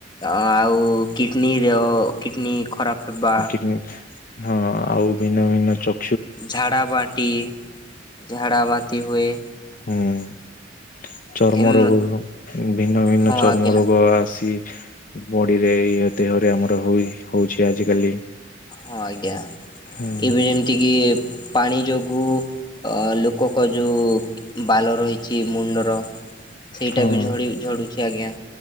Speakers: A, on the left; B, on the left.
A: ଆଉ ଆଉ କିଡ଼ନୀର କିଡ଼ନୀ ଖରାପ ହେବା।
B: <unintelligible> ହଁ ଆଉ ଭିନ୍ନ ଭିନ୍ନ ଚ
A: ଝାଡ଼ା ବାନ୍ତି ଝାଡ଼ା ବାନ୍ତି ହୁଏ।
B: ହୁଁ। ଚର୍ମ
A: ଏମ
B: ରୋଗ ହବ ଭିନ୍ନ ଭିନ୍ନ
A: ହଁ
B: ଚର୍ମ
A: ଆଜ୍ଞା
B: ରୋଗ ଆସି ବଡିରେ ଇ ଦେହରେ ଆମର ହୁଏ ହଉଛି ଆଜିକାଲି।
A: ହଁ ଆଜ୍ଞା
B: ହୁଁ
A: ଏବେ ଯେମିତି କି ପାଣି ଯୋଗୁ ଲୋକଙ୍କ ଯୋଉ ବାଲ ରହିଛି ମୁଣ୍ଡର ସେଇଟା
B: ହଁ
A: ବି ଝ ଝଡୁଛି ଆଜ୍ଞା।